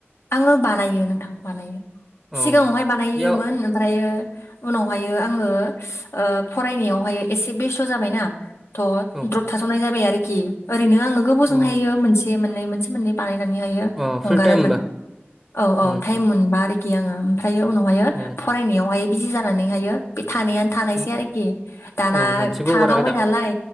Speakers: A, on the left; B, in the centre.
A: आङो बानायो नोंथां बानायो
B: औ
A: सिगाङावहाय बानायोमोन
B: बेयाव
A: ओमफ्रायो उनावहायो आङो ओ फरायनायावहाय एसे बेस्थ' जाबायना थ'
B: औ
A: द्रप थाथ'नाय जाबाय आरोखि ओरैनो आङो गोबावजोंहायो
B: औ
A: मोनसे मोननै मोनसे मोननै बानाय हगारोमोन
B: अ फ्रि टाइम होमबा
A: औ औ
B: उम
A: ताइम मोनबा आरोखि आङो ओमफ्रायो उनावहायो
B: औ
A: फरायनायावहाय बिजि जानानैहायो थानायानो थानायसै
B: उम
A: आरोखि दाना
B: अ मोनसेबो
A: थादावबाय
B: हगाराखै दा
A: नालाय